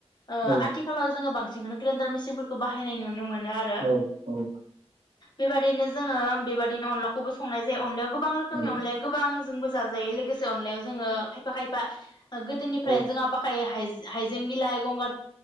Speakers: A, on the left; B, on the right.
A: ओ
B: औ
A: आथिखालाव जोङो बांसि सिनखौनो ग्रेन्डार मेसिनफोरखौ बाहायनाय नुनो मोनो आरो
B: औ औ।
A: बेबायदिनो जोङो बेबायदि बिदिनो अनलाखौबो संनाय जायो अनलायाव गोबां रोखोमनि
B: औ
A: अनलाया गोबां जोंबो जाजायो लोगोसे अनलायाव जोङो खायफा खायफा ओ गोदोनिफ्रायनो
B: औ
A: जोंहा बाखायो हाय-हायजें बिलाय, गंगार